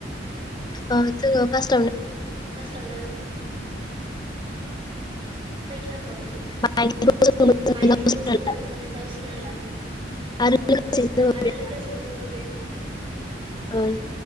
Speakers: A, on the left (about 25°); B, on the right (about 30°).
A: ओं जों फास
B: फासथावनो खैथाखौ
A: खैथाखौ
B: बायखौ जोङो मोजाङै लावसगोना लानानै
A: आरो
B: औ
A: लोगोसे
B: औ नोंथां
A: जोङो
B: आरो
A: बे
B: लोगो लोगो बे
A: ओंज